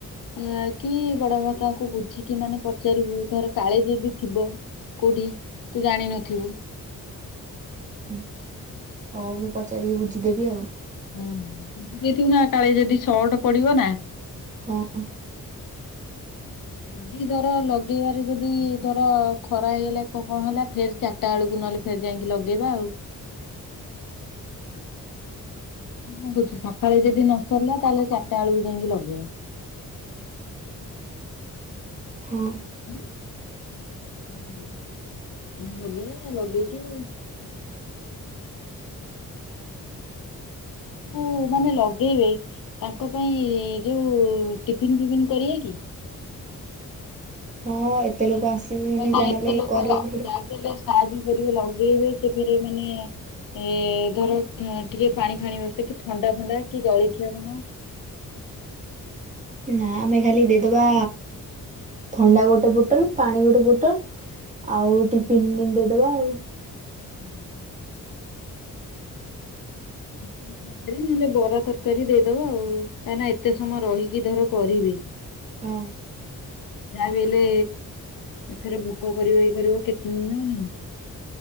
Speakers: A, on the left; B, on the right.
A: ଆଁ କି ବଡ ବାବା କାହାକୁ ବୁଝିକି ମାନେ ପଚାରିବୁ ଧର କାଳେ ଯଦି ଥିବ। କୋଉଠି ତୁ ଜାଣିନଥିବୁ।
B: ହୁଁ, ହୋଉ ମୁଁ ପଚାରିକି ବୁଝିଦେବି ଆଉ।
A: ହୁଁ, ଦେଇଥିବୁ ନା କାଳେ ଯଦି ସଟ୍ ପଡିବ ନା।
B: ହଁ।
A: ଯେଦି ଧର ଲଗେଇବାରେ ଯଦି ଧର ଖରା ହେଇଗଲା କ କଣ ହେଲା ଫେର ଚା ଟା ବେଳକୁ ନହଲେ ଫେର୍ ଯାଇକି ଲଗେଇବା ଆଉ। ନାଁ କଣ କହୁଚୁ ସଖାଳେ ଯେଦି ନ ସରିଲା ତାହେଲେ ଚାରିଟା ବେଳକୁ ଯାଇକି ଲଗେଇବା।
B: ହଁ।
A: ଉଁ ହୁଁ ହଁ ଲଗେଇବା। ଲଗେଇକି ଉଁ ମାନେ ଲଗେଇବେ ତାଙ୍କ ପାଇଁ ଯୋଉ ଟିଫିନ ଫିଫନ୍ କରିଆ କି?
B: ହଁ, ଏତେ ଲୋକ ଆସିବେ। ମାନେ
A: କାଇଁ ନା
B: ଯାହାହେଲେ
A: ଏତେ ଲୋକ
B: କରିବାକୁ
A: ଯାହାବି
B: ପଡ଼ିବ
A: ହେଲେ ସାହାଯ୍ୟ କରିବେ ଲଗେଇବେ ସେଥିରେ ମାନେ ଏ ଧର ଟିକେ ପାଣି ଫାଣି ବ୍ୟବସ୍ଥା କି ଥଣ୍ଡା ଫଣ୍ଡା କି ଜଳଖିଆ କଣ।
B: ନା, ଆମେ ଖାଲି ଦେଇଦବା ଥଣ୍ଡା ଗୋଟେ ବୋଟଲ୍, ପାଣି ଗୋଟେ ବୋଟଲ୍, ଆଉ ଟିଫିନ୍ ଦେଇଦେବା ଆଉ।
A: ଉଁ। <unintelligible> ଆରେ ନହେଲେ ବରା ତରକାରୀ ଦେଇଦବା ଆଉ କାହିଁକି ନା ଏତେ ସମୟ ରହିକି ଧର କରିବେ।
B: ହଁ।
A: ଯାହା ବି ହେଲେ ଏଥେରେ ଭୋକ କରିବ ଇଏ କରିବ କେତେ ଦିନ ହଉନାହିଁ।